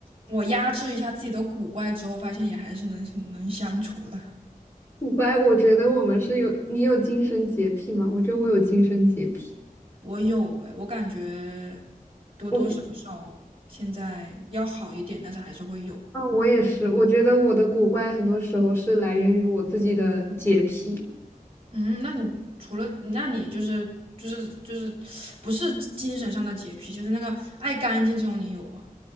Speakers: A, on the right; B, on the left.
A: 我压制一下自己的古怪之后，发现也还是能能相处的。
B: 古怪。我觉得我们是有，你有精神洁癖吗？我觉得我有精神洁癖。
A: 我有哎，我感觉多多少少现在要好一点，
B: 我觉，
A: 但是还是会有。
B: 啊，我也是。我觉得我的古怪很多时候是来源于我自己的洁癖，
A: 嗯，那你除了那你就是就是就是不是精神上的洁癖，就是那个爱干净这种，你有吗？